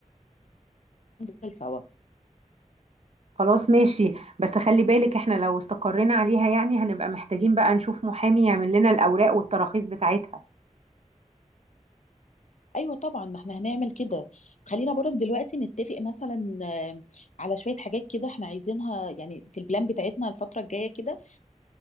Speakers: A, on the left; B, on the right.
A: وننزل سوا
B: خلاص ماشي بس خلي بالك احنا لو استقرينا عليها يعني هنبقى محتاجين بقى نشوف محامي يعمل لنا الاوراق والتراخيص بتاعتها
A: ايوه طبعا ما احنا هنعمل كده خلينا برك دلوقتي نتفق مثلا آه، على شويه حاجات كده احنا عايزينها يعني في البلان بتاعتنا الفتره الجايه كده